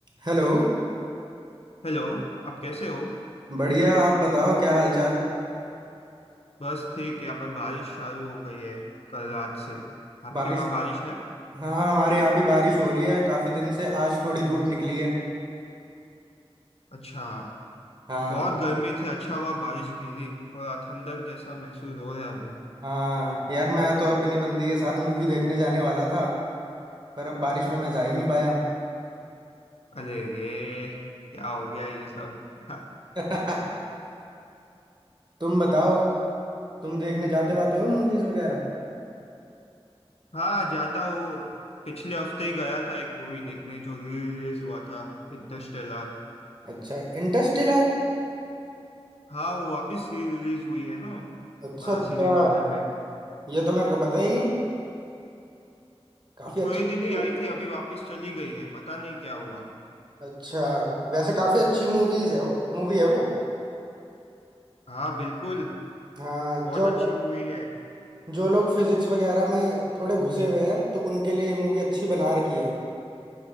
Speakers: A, on the right; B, on the left.
A: Hello
B: Hello आप कैसे हो
A: बढ़िया आप बताओ क्या हालचाल
B: बस ठीक है यहाँ पर बारिश चालू हो गई है कल रात से आपके
A: बारिश
B: वहाँ बारिश है
A: हाँ हमारे यहाँ भी बारिश हो रही है काफ़ी दिन से आज थोड़ी धूप निकली है
B: अच्छा
A: हाँ
B: बहुत गर्मी थी अच्छा हुआ बारिश गिरी थोड़ा ठंडक जैसा महसूस हो रहा है अभी
A: हाँ यार मैं तो अपनी बंदी के साथ मूवी देखने जाने वाला था पर अब बारिश में मैं जा ही नहीं पाया
B: अरे रे क्या हो गया ये सब <laughs>
A: <laughs> तुम बताओ तुम देखने जाते वाते हो मूवीज़ वगैरह
B: हाँ जाता हूँ पिछले हफ्ते ही गया था एक मूवी देखने जो री रिलीज हुआ था इंटरस्टेलर
A: अच्छा इंटरस्टेलर
B: हाँ वो वापस री रिलीज हुई है ना
A: अच्छा
B: आ,
A: अच्छा
B: सिनेमा घर में
A: ये तो मेरे को पता ही नहीं काफ़ी
B: वो
A: अच्छी
B: थोड़े दिन
A: मूवी
B: ही आई थी अभी वापस चली गई है पता नहीं क्या हुआ
A: है अच्छा वैसे काफ़ी अच्छी मूवीज़ है वो मूवी है वो
B: हाँ बिल्कुल
A: हाँ
B: बहुत
A: जो
B: अच्छी मूवी है
A: जो लोग फिजिक्स वगैरह में थोड़े घुसे हुए हैं तो उनके लिए ये मूवी अच्छी बना रखी है